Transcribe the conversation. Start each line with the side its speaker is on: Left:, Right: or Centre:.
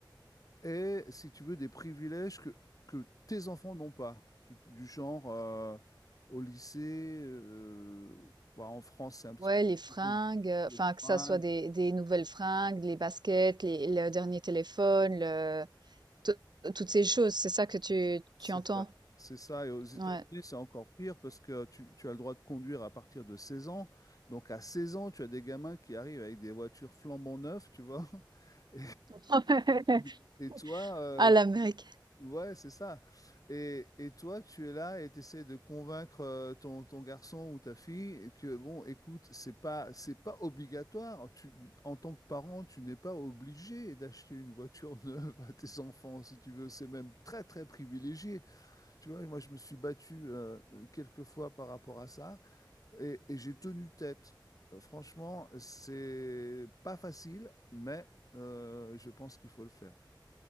Left: aient, si tu veux, des privilèges que, que tes enfants n'ont pas. Du du genre, euh, au lycée, euh, bah, en France, c'est un petit
Right: Ouais,
Left: peu compliqué.
Right: les fringues, heu,
Left: Les
Right: enfin, que
Left: fringues,
Right: ça soit des des nouvelles fringues, les baskets, les le dernier téléphone, le tout toutes ces choses, c'est ça que tu
Left: C'est
Right: tu entends?
Left: ça. C'est ça. Et aux États-Unis,
Right: Ouais.
Left: c'est encore pire parce que tu, tu as le droit de conduire à partir de 16 ans. Donc, à 16 ans, tu as des gamins qui arrivent avec des voitures flambant neuves, tu vois. <laughs>
Right: <laughs>
Left: Et, et toi, euh,
Right: À l'américaine,
Left: ouais, c'est ça. Et, et toi, tu es là et tu essaies de convaincre euh, ton, ton garçon ou ta fille que, bon, écoute, c'est pas, c'est pas obligatoire. Tu, en tant que parent, tu n'es pas obligé d'acheter une voiture <laughs> neuve à tes enfants, si tu veux. C'est même très, très privilégié. Tu vois, moi, je me suis battu euh, quelques fois par rapport à ça et, et j'ai tenu tête. Euh, franchement, c'est pas facile, mais euh, je pense qu'il faut le faire.